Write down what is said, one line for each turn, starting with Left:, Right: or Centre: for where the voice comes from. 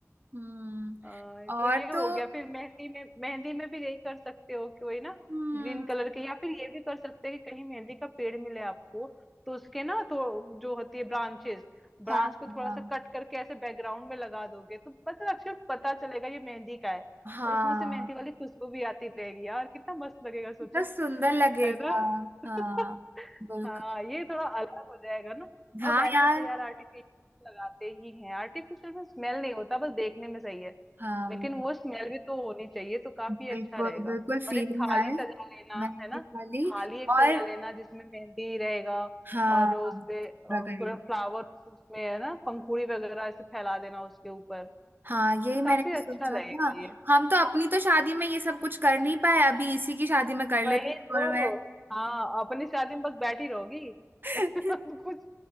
Right: हम्म
Centre: आ,
Right: और
Centre: तो ये हो
Right: तो
Centre: गया फिर मेहंदी में मेहंदी में भी यही कर सकते हो कि वही ना
Right: हम्म
Centre: ग्रीन कलर के या फिर ये भी कर सकते हैं कि कहीं मेहंदी का पेड़ मिले आपको तो उसके ना तो जो होती है ब्रांचेस ब्रांच
Right: हाँ
Centre: को थोड़ा
Right: हाँ
Centre: सा कट करके ऐसे बैकग्राउंड में लगा दोगे तो पता अच्छे पता चलेगा ये मेहंदी का है
Right: हाँ
Centre: और उसमें से मेहंदी वाली खुशबू भी आती रहेगी यार कितना मस्त लगेगा सोचो
Right: कितना सुंदर लगेगा
Centre: है ना <laughs>
Right: हाँ बिल्कुल
Centre: हाँ ये थोड़ा अलग हो जाएगा ना
Right: हाँ
Centre: अब वैसे
Right: यार
Centre: तो यार आर्टिफिशियल लगाते ही हैं आर्टिफिशियल में स्मेल नहीं होता बस देखने में सही है
Right: हाँ
Centre: लेकिन वो स्मेल भी तो होनी चाहिए तो काफी
Right: बिल्कुल
Centre: अच्छा रहेगा
Right: बिल्कुल
Centre: और
Right: फीलिंग
Centre: एक थाली
Right: आए
Centre: सजा लेना
Right: मेहंदी
Centre: है ना
Right: वाली
Centre: थाली एक सजा
Right: और
Centre: लेना जिसमें मेहंदी रहेगा
Right: हाँ
Centre: और उसपे
Right: पूरा
Centre: अ,
Right: करेंगे
Centre: थोड़ा फ्लावर उसमें है ना पंखुड़ी वगैरह ऐसे फैला देना उसके ऊपर
Right: हाँ
Centre: तो
Right: यही मैंने
Centre: काफी
Right: भी सोचा
Centre: अच्छा लगेगा
Right: था
Centre: ये
Right: हम तो अपनी तो शादी में ये सब कुछ कर नहीं पाए अभी इसी की शादी में कर लेते
Centre: वही तो
Right: और मैं
Centre: हाँ अपनी शादी में बस बैठी रहोगी
Right: <laughs>
Centre: <laughs> कुछ